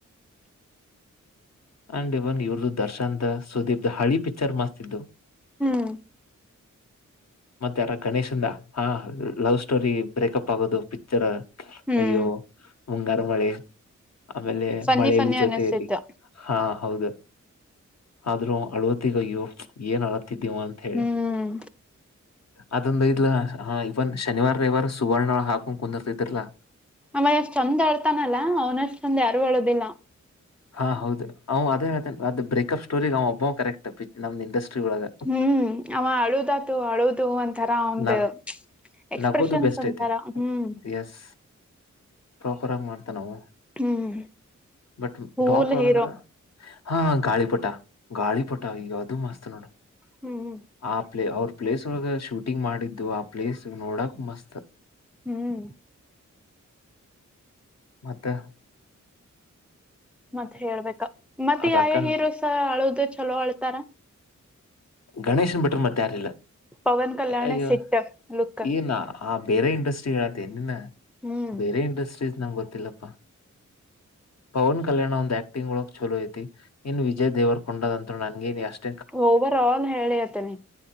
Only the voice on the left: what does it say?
ಅಂಡ್ ಇವನ್ ಇವ್ರ್ದ ದರ್ಶನ್ ಸುದೀಪ್ ದ ಹಳಿ ಪಿಕ್ಚರ್ ಮಸ್ತಿದ್ದು
ಮತ್ತೆ ಯಾರ ಗಣೇಶಿಂದ ಹಾ ಲವ್ ಸ್ಟೋರಿ ಬ್ರೇಕಪ್ ಆಗೋದು ಪಿಕ್ಚರ್
ಅಯ್ಯೋ ಮುಂಗಾರು ಮಳೆ ಆಮೇಲೆ
ಮಳಲಿ
ಜೊತೆಯಲ್ಲಿ
ಹಾ ಹೌದು ಆದ್ರೂ ಅಳ್ವತ್ತಗಯ್ಯೋ ಏನ್ ಅಳತ್ತಿದ್ದೀವ ಅಂತ ಹೇಳಿ
ಅದಂದ ಇಲ ಇವನ್ ಶನಿವಾರ ರವಿವಾರ ಸುವರ್ಣಳ ಹಾಕೊಂಡ ಕುಂದಿರ್ತಿದರ್ಲಾ
ಹಾ ಹೌದು ಅವ್ ಅದೇ ಅದೇ ಅದ ಬ್ರೇಕಪ್ ಸ್ಟೋರಿಗ್ ಅವ ಒಬ್ಬ್ ಕರೆಕ್ಟ್ ನಮ್ದ್ ಇಂಡಸ್ಟ್ರಿ ಒಳಗ
ನ
ನಗೋದು ಬೆಸ್ಟ್
ಐತೆ
ಎಸ್ ಪ್ರಾಪರ್ ಆಗಿ ಮಾಡ್ತಾ ನಾವು
ಬಟ್
ಬಡಾಪ್ ಒಳಗಂದ್ರ
ಹಾ ಗಾಳಿ ಪಟ ಗಾಳಿ ಪಟ ಆ ಈಗ ಅದು ಮಸ್ತ್ ನೋಡ
ಆಪ್ಲೆ ಅವರು ಪ್ಲೇಸ್ ಒಳ ಶೂಟಿಂಗ್ ಮಾಡಿದ್ದು ಆ ಪ್ಲೇಸ್ ನೋಡಕ್ ಮಸ್ತ್
ಮತ್ತೆ
ಅದ್
ಅಕ್ಕನ್
ಗಣೇಶನ್ ಬಿಟ್ರ ಮತ್ತೆ ಯಾರಿಲ್ಲ
ಅಯ್ಯೋ
ಏನ ಆ ಬೇರೆ ಇಂಡಸ್ಟ್ರಿ ಹೇಳತ್ತನಿನ
ಬೇರೆ ಇಂಡಸ್ಟ್ರೀಸ್ ನಂಗೆ ಗೊತ್ತಿಲ್ಲಪ್ಪಾ ಪವನ್ ಕಲ್ಯಾಣ ಒಂದ್ ಆಕ್ಟಿಂಗ್ ಒಳಗ್ ಚಲೋ ಐತಿ ಇನ್ ವಿಜಯ್ ದೇವರ್ ಕೊಂಡದಂತರು ನನ್ಗೇನಿ ಅಷ್ಟ